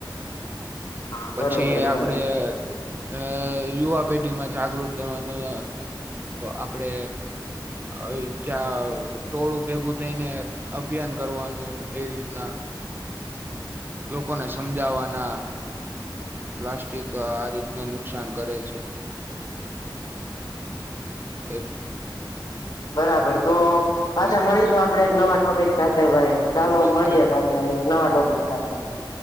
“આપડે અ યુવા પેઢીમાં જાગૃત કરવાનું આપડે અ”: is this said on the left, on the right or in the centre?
Right